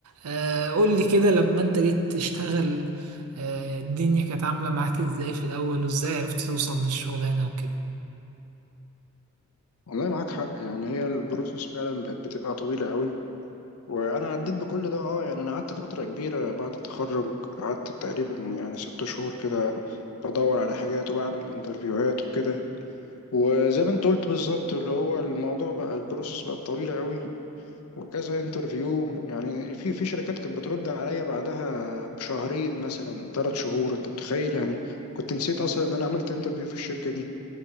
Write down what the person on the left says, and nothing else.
والله معاك حق يعني هي البروسيس فعلا بت- بتبقى طويلة قوي وانا عديت بكل ده اه يعني انا قعدت فتره كبيره بعد التخرج قعدت تقريبا يعني ست شهور كده بدور على حاجات وبعمل انترفيوهات وكده وزي ما انت قلت بالظبط اللي هو الموضوع بقى البروسيس بقت طويله قوي وكذا انترفيو يعني في في شركات كانت بترد عليا بعدها بشهرين مثلا ثلاث شهور انت متخيل يعني كنت نسيت اصلا ان انا عملت انترفيو في الشركه دي